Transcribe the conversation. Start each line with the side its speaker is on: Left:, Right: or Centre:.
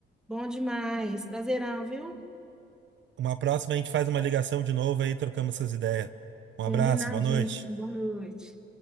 Centre: Bom demais. Prazerão, viu?
Right: Uma próxima a gente faz uma ligação de novo aí, trocamos essas ideias. Um
Centre: Combinadíssimo.
Right: abraço, boa noite.
Centre: Boa noite.